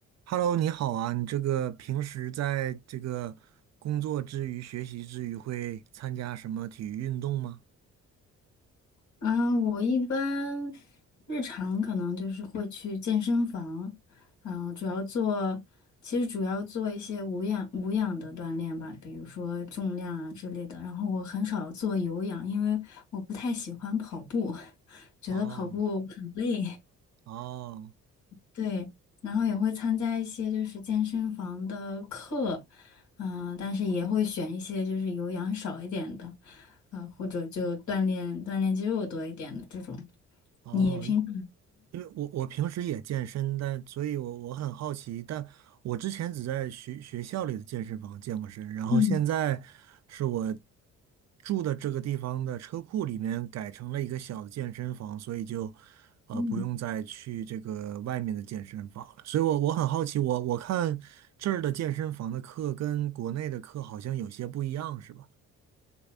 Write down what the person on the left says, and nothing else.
嗯，我一般日常可能就是会去健身房，嗯，主要做，其实主要做一些无氧无氧的锻炼吧，比如说重量啊之类的。然后我很少做有氧，因为我不太喜欢跑步，<laughs> 觉得跑步很累。
对，然后也会参加一些就是健身房的课，嗯、但是也会选一些就是有氧少一点的，呃，或者就锻炼锻炼肌肉多一点的这种。
你平。
嗯
嗯，